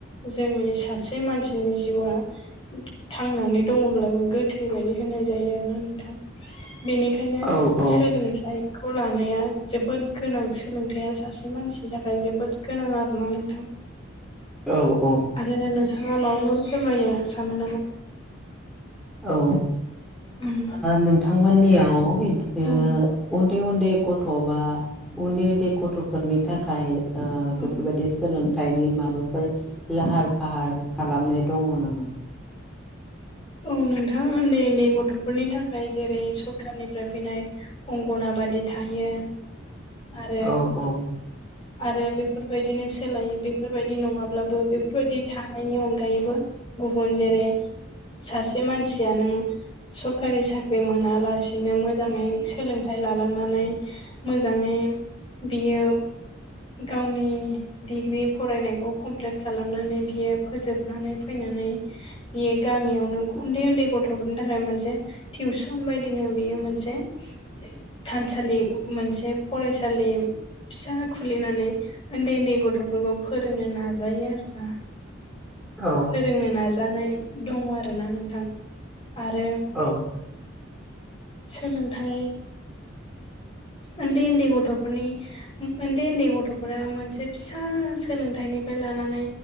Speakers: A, on the left; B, in the centre.
A: जोंनि सासे मानसिनि जिउआ थांनानै दङब्लाबो गोथै बायदि होननाय जायो आरोना नोंथां बेनिखायनो
B: औ औ
A: सोलोंथाइखौ लानाया जोबोद गोनां सोलोंथायाइया सासे मानसिनि थाखाय जोबोद गोनां आरोना नोंथां
B: औ औ
A: आरो नोंथाङा माबाफोर फोरमायनो सानो नामा
B: औ
A: उम
B: नोंथांमोननियाव बिदिनो
A: उम
B: उन्दै उन्दै गथ' बा उन्दै उन्दै गथ'फोरनि थाखाय
A: उम
B: बेफोरबायदि सोलोंथाइनि माबाफोर लाहार फाहार खालामनाय दङ नामा?
A: औ नोंथां उन्दै उन्दै गथ'फोरनि थाखाय जेरै सरखारनिफ्राय फैनाय अंगन बादि थायो आरो
B: औ औ
A: आरो बेफोरबायदिनो सोलाय बेफोरबायदि नङाब्लाबो बेफोरबायदि थानायनि अनगायैबो गुबुन जेरै सासे मानसिया नों सरखारि साख्रि मोना बिदिनो मोजाङै सोलोंथाइ लालांनानै मोजाङै बियो गावनि डिग्रि फरायनायखौ कमप्लेट खालामनानै बियो फोजोबनानै फैनानै
B: <unintelligible>
A: बियो गामियावनो उन्दै उन्दै गथफोरनि थाखाय मोनसे टिउसन बायदिनो बेयो मोनसे <unintelligible> सालि मोनसे फरायसालि फिसा खुलिनानै ओन्दै ओन्दै गथफोरखौ फोरोंनो नाजायो आरोना
B: औ
A: फोरोंनो नाजानाय दङ आरोना नोंथां आरो
B: औ
A: सोलोंथाइ ओन्दै ओन्दै गथफोरनि ओन्दै ओन्दै गथफोरा मोनसे फिसा सोलोंथाइ बेनिफाय लानानै